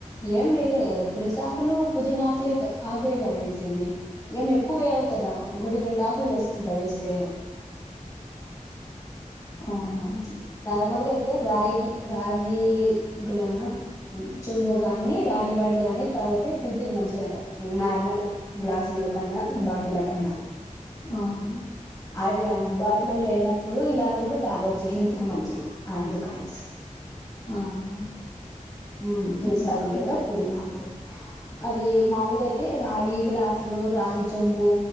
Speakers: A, on the left; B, on the left.
A: ఏం వేయలే కదా తులసాకులు పుజనాకులు క ఆగుయే కదా వేసేది ఏమి ఎక్కువ వేయవు కదా ఒకటి రెండు ఆకులు వేసుకుంటా వేస్తే <inaudible>
B: అవునా
A: చ్ నార్మల్గా అయితే రాగి రాగీ గులా చెంబు గానీ రాగి బాటిల్ లో గాని తాగుతే హెల్త్ కి మంచిది అంటారు నార్మల్ గ్లాసులు కన్నా బాటిల కన్నా
B: అవును
A: అవి అందుబాటులో లేనప్పుడు ఇలా కూడా తాగొచ్చు హెల్త్ కు మంచిది అందుకనేసి
B: అవునా?
A: ఉ తులసాకులు
B: హుహు.
A: లేదా పుదీనాకులు అవి మామూలుగా అయితే రాగి గ్లాసులు రాగి చొంబు